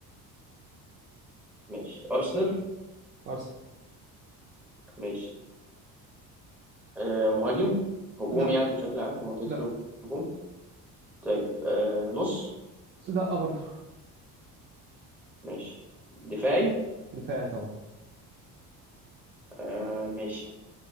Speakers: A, in the centre; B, on the right.
A: ماشي أرسنال
B: ارسنال
A: ماشي آه، مهاجم هجوم
B: لا
A: يعني بشكل عام في منطقة
B: لا
A: الهجوم طيب آه، نص
B: لا برضه
A: ماشي دفاعي
B: دفاعي طبعا
A: آه، ماشي